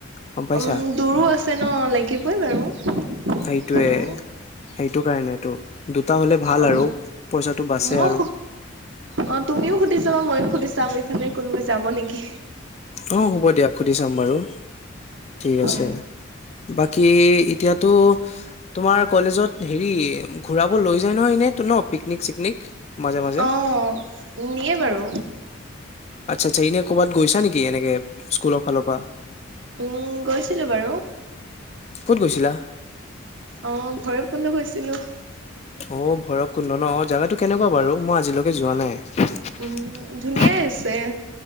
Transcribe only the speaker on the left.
গম পাইছা
সেইটোয়ে
সেইটো কাৰণেতটো দুটা হলে ভাল
আৰু পইচাটো বাচে
আৰু
অ হ'ব দিয়া সুধি চাম বাৰু ঠিক আছে
বাকী এতিয়াতো তোমাৰ কলেজত হেৰি ঘূৰাব লৈ যায় নহয় এনেইতো ন পিকনিক চিকনিক মাজে মাজে
আচ্ছা আচ্ছা এনে ক'ৰবাত গৈছা নেকি এনেকে স্কুলৰ ফালৰ পৰা
কত গৈছিলা
অ ভৰ কল ন জাগাটো কেনেকুৱা বাৰু মই আজিলৈকে যোৱা নাই।